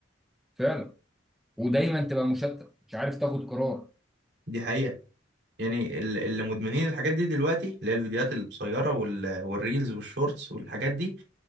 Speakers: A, in the centre; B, on the right (about 55°).
A: فعلا ودايما تبقى مشتت مش عارف تاخد قرار
B: دي حقيقه يعني ال- اللي مدمنين الحاجات دي دلوقتي اللي هي الفيديوهات القصيرة وال- والريلز والشورتس والحاجات دي